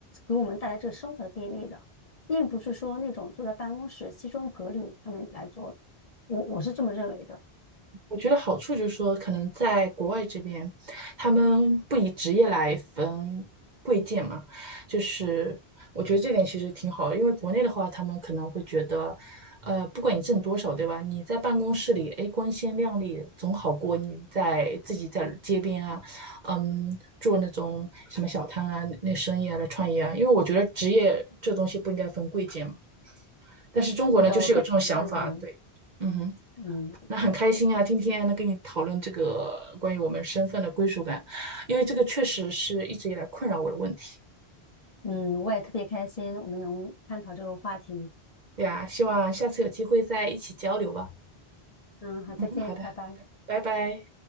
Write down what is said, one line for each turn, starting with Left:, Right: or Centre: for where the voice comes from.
Left: 给我们带来这个生活的便利的，并不是说那种坐在办公室西装革履他们来做的。我我是这么认为的。
Right: 我觉得好处就是说，可能在国外这边，他们不以职业来分贵贱嘛，就是我觉得这点其实挺好的，因为国内的话，他们可能会觉得，呃，不管你挣多少，对吧？你在办公室里，哎，光鲜亮丽总好过你在自己在街边啊，嗯，做那种什么小摊啊、那生意啊来创业啊，因为我觉得职业这东西不应该分贵贱嘛。但是中国呢，
Left: 是的，
Right: 就是有这种想法，
Left: 我非常赞同。
Right: 对，嗯哼。
Left: 嗯
Right: 那很开心啊，今天能跟你讨论这个关于我们身份的归属感，因为这个确实是一直以来困扰我的问题。
Left: 嗯，我也特别开心，我们能探讨这个话题。
Right: 对呀，希望下次有机会再一起交流吧。
Left: 嗯，好，再见，
Right: 嗯，好的，
Left: 拜拜。
Right: 拜拜。